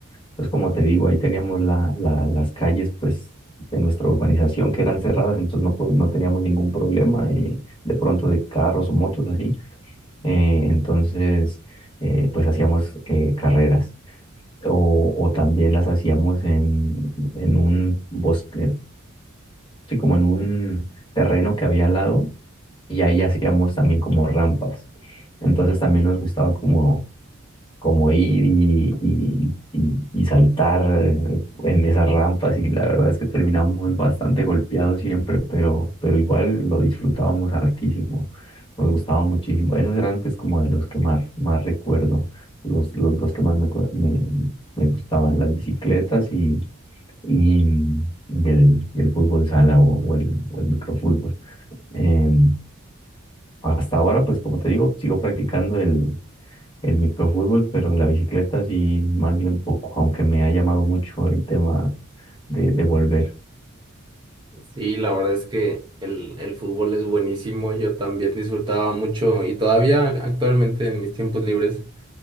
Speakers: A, on the left; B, on the right.
A: Entonces, como te digo, ahí teníamos la, la- las calles pues, de nuestra urbanización que eran cerradas, entonces no, po- no teníamos ningún problema eh, de pronto de carros o motos así. Eh, entonces, eh, pues hacíamos eh, carreras. O, o también las hacíamos en, en un bosque, sí, como en un terreno que había al lado y ahí hacíamos también como rampas. Entonces también nos gustaba como, como ir y, y, y- y saltar eh, en esas rampas y la verdad es que terminábamos bastante golpeados siempre, pero, pero igual lo disfrutábamos hartísimo, nos gustaba muchísimo. Esos eran pues como de los que más, más recuerdo, los, los dos que más me, cu- me, me gustaban, las bicicletas y, y, y el, y el fútbol sala o, o el, o el microfútbol. Em, hasta ahora, pues como te digo, sigo practicando el, el microfútbol, pero la bicicleta sí, más bien poco, aunque me ha llamado mucho el tema de, de volver.
B: Sí, la verdad es que el, el fútbol es buenísimo. Yo también disfrutaba mucho y todavía actualmente en mis tiempos libres.